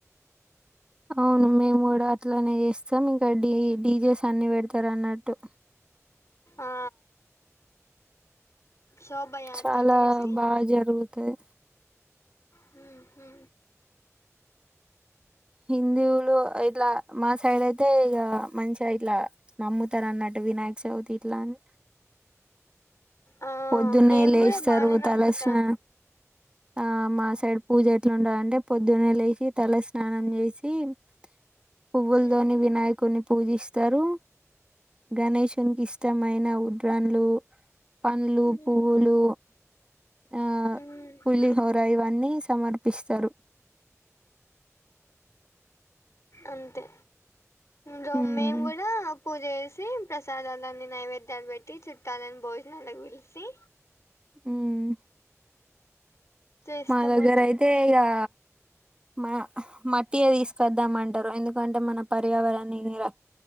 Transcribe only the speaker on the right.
అవును మేము కూడా అట్లనే యేస్ సోమ్ ఇంకా డి డీజేస్ అన్ని పెడతారు అన్నట్టు
చాలా
బాగా జరుగుతది
హిందీవులు ఇట్లా మా సైడైత్ అంతే ఇగా మంచిగా ఇట్లా నమ్ముతరు. అన్నట్టు వినాయక చవితి ఇట్లాని
పొద్దున్నే
లేసరు.
తల స్నాన ఆ మా సైడ్ పూజ ఎట్లుటదంటే పొద్దున్నే లేసి తల స్నానం చేసి హిం పువ్వులదోని
వినాయకుడిని పూజిస్తరు. గణేషునికి ఇష్టమైన ఉడ్రాన్లు పండ్లు
పువ్వులు ఆ
పులిహోర ఇవన్ని సమర్పిసరు.
ఉమ్
హుహుమ్
మా దగ్గర
అయితే ఇగా మా మట్ టీయా తీసుకొనద్దామంటారు. ఎందుకంటే మన పర్యావరణా నీనిరా